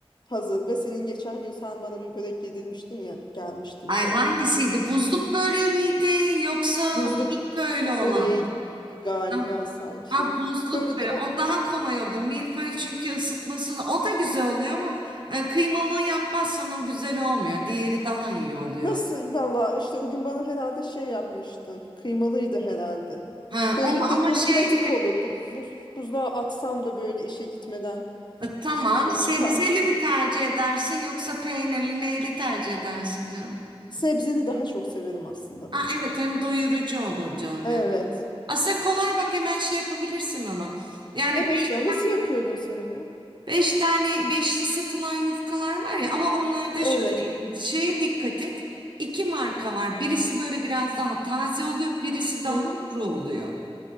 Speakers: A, on the left (about 45°); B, on the right (about 50°).
A: hazır ve senin geçen gün sen bana bir börek yedirmiştin ya gelmiştim
B: Ay
A: çaya.
B: hangisiydi? Buzluk böreği miydi yoksa
A: Buzluk
B: milföylü olan?
A: böreği galiba
B: Ha,
A: sanki.
B: ha, buzluk
A: Böyle
B: böreği.
A: de o
B: O daha kolay olur. Milföy çünkü ısıtması da- o da güzel oluyor ama e, kıymalı yapmazsan o güzel olmuyor. Diğeri daha iyi oluyor.
A: nasıl valla işte o gün bana herhalde şey yapmıştın. Kıymalıydı herhalde.
B: Ha,
A: Böyle
B: onu
A: dedim
B: ama şey
A: pratik olur. Bu, buz, buzluğa atsam da böyle işe gitmeden
B: e, tamam
A: işte şey
B: sebzeli
A: çıkart.
B: mi tercih edersin yoksa peynirli neyli tercih edersin canım?
A: Sebzeli daha çok severim aslında
B: Ha,
A: ben.
B: evet hem doyurucu olur canım
A: Evet.
B: ya. Aslında kolay bak hemen şey yapabilirsin onu. Yani
A: Evet
B: beş
A: ya nasıl
B: tane
A: yapıyordun sen onu?
B: Beş tane beşli satılan yufkalar var ya ama onlarda
A: Evet.
B: şöyle şeye dikkat et. İki marka var. Birisi böyle biraz daha taze oluyor, birisi daha
A: Hı hı.
B: kuru oluyor.